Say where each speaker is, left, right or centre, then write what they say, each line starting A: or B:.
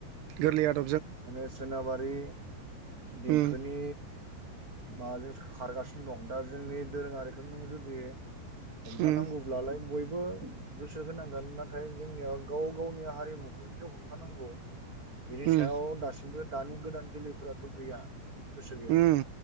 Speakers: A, on the right; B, on the right.
A: गोरललियाद
B: माने सोनाबारि देंखोनि
A: उम
B: माबाजोंसो खारगासिनो दं दा जोंनि दोरोङारिखौ नों जुदि हमथानांगौब्लालाय
A: उम
B: बयबो गोसो होनांगोन नाथाय जोंनियाव गाव गावनि हारिमुखौनो जे हमथानांगौ बेनि सायाव
A: उम
B: दासिमबो दानि गोदान जोलैफोराथ' गैया गोसो गैया
A: उम